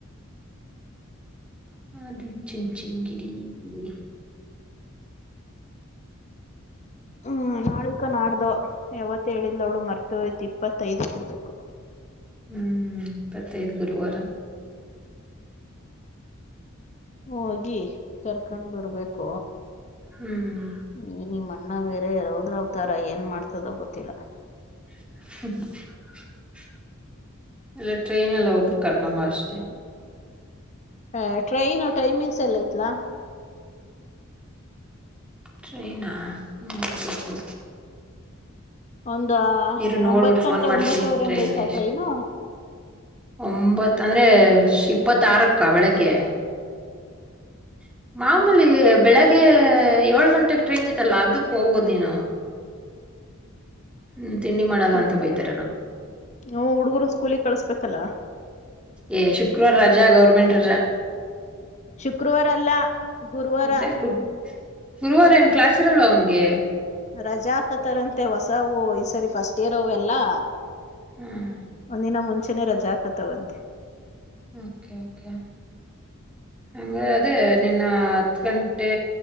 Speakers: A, in the centre; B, on the left.
A: ಆ ಧೀರಿ ಚಿನ್ ಚಿಂಗ್ ಗೀರಿ ಎಹ್ಯೆ.
B: ಹ್ಮ್ ನಾಳಿಕ್ಕ ನಾಡ್ದೊ ಯವತ್ತೇ ಹೆಳಿದ್ಲು ಅವಳು ಮರ್ತ ಹೋಯಿತು ಇಪ್ಪತ್ತೈದಕ್ಕ ಇರ್ಬೇಕು.
A: ಹ್ಮ್ ಇಪ್ಪತ್ತೈದ ಗುರುವಾರಾ.
B: ಹೋಗಿ ಕರ್ಕೊಂಡ್ ಬರ್ಬೇಕು.
A: ಹ್ಮ್
B: ನೀ ನೀಮ್ ಅಣ್ಣಾ ಬೇರ್. ಲೇ ರೌದ್ರಾ ಅವತಾರಾ ಏನ್ ಮಾಡ್ತದೋ ಗೊತ್ತಿಲ್ಲಾ.
A: <unintelligible> ಇಲ್ಲ ಟ್ರೈನ್ ಇಲ್ಲ ಒಬ್ರು ಕರ್ಕೊಂಡ್ ಬಾ ಅಷ್ಟೆ.
B: ಹೇ ಟ್ರೈನು ಟೈಮಿಂಗ್ಸ್ ಎಲ್ಲೈತ್ಲ.
A: ಟ್ರೈನಾ ನೋಡ್ಬೇಕು.
B: ಒಂದ
A: ಇರು ನೋಡ್ಬಿಟ್ಟು
B: ಒಂಬತ್ ಗಂಟೆ
A: ಫೋನ್ ಮಾಡ್ತೀನಿ
B: ಒಂಬತ್ತುವರೆ
A: ಟ್ರೈನ್
B: ಹಂಗ ಐತಾ
A: ಎಷ್ಟ್
B: ಟ್ರೈನು.
A: ಒಂಬತ್ ಅಂದ್ರೆ ಷ್ ಇಪ್ಪತ್ತಾರಕ್ಕಾ ಬೆಳಗ್ಗೆ. <inaudible> ಮಾಮೂಲಿ ಬೆಳಗ್ಗೆ ಏಳು ಗಂಟೆಗ ಟ್ರೈನ್ ಇತ್ತಲ್ಲ ಅದಕ್ಕ ಹೋಗೋದ ನೀನು. ಹ್ಮ್ ತಿಂಡಿ ಮಾಡಲ್ಲ
B: ಹ್ಮು
A: ಅಂತ ಬೈತಾರೇನೋ
B: <unintelligible> ಹುಡುಗರ್ ಸ್ಕೂಲಿಗ್ ಕಳಸ್ಬೇಕಲ್ಲ.
A: ಎ ಶುಕ್ರವಾರ ರಜಾ ಗೌರ್ಮೆಂಟ್ ರಜಾ.
B: ಶುಕ್ರವಾರ ಅಲ್ಲ ಗುರುವಾರ.
A: ಮತ್ತೆ ಗುರು ಗುರುವಾರ ಏನ್ ಕ್ಲಾಸ್ ಇರಲ್ಲ ಅವನ್ಗೆ.
B: ರಜಾ ಹಕತಾರಂತೆ ಹೊಸವು ಈ ಸರಿ ಫಸ್ಟೇರ್ ಅವೆಲ್ಲಾ.
A: ಹ್ಮ್
B: ಒಂದಿನ ಮುಂಚೆ ನೆ ರಜಾ ಹಾಕತವಂತೆ.
A: ಓಕೆ ಓಕೆ ಹಂಗ ಅದೇ ನಿನ್ನ ಹತ್ತು ಗಂಟೆ